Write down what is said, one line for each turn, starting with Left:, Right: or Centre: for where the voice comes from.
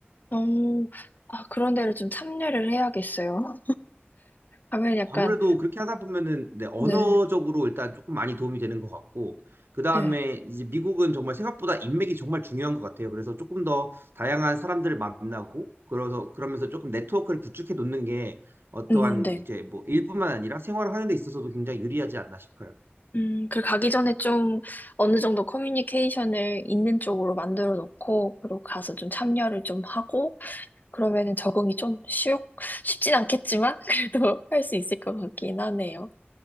Left: 어, 아, 그런 데를 좀 참여를 해야겠어요. 가면 약간,
Right: 아무래도 그렇게 하다 보면은 네, 언어적으로
Left: 네,
Right: 일단 조금 많이 도움이 되는 것 같고 그다음에
Left: 네,
Right: 이제 미국은 정말 생각보다 인맥이 정말 중요한 것 같아요. 그래서 조금 더 다양한 사람들을 만나고 그래서 그러면서 조금 네트워크를 구축해 놓는 게 어떠한
Left: 음, 네.
Right: 이제 뭐 일뿐만 아니라 생활을 하는 데 있어서도 굉장히 유리하지 않나 싶어요.
Left: 음, 그 가기 전에 좀 어느 정도 커뮤니케이션을 있는 쪽으로 만들어 놓고, 그리고 가서 좀 참여를 좀 하고, 그러면은 적응이 좀 쉬우, 쉽진 않겠지만, <laughs> 그래도 할 수 있을 것 같긴 하네요.